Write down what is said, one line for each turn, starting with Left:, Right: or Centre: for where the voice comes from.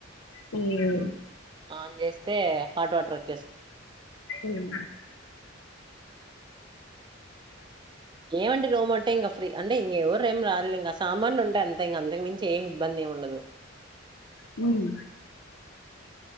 Left: హ్మ్మ్
Right: ఆన్ చేస్తే హాట్ వాటర్ వ
Left: ఉం
Right: ఏమంటడి రోమంట ఇంకా ఫ్రీ అంటే ఇంకవరు ఏం రారూ ఇంకా సామాన్లుంటే అంత ఇంకా అంతకు మించి ఏమి ఇబ్బంది ఉండదు దు
Left: హ్మ్మ్